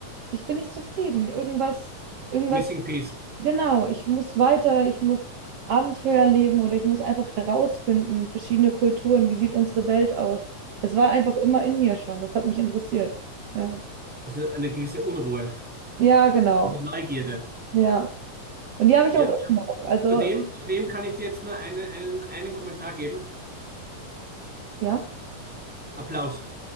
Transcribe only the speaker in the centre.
Missing Peace,
also eine gewisse Unruhe,
eine Neugierde.
Ja,
Zudem, zudem kann ich dir jetzt nur einen, einen, einen Kommentar geben.
Applaus.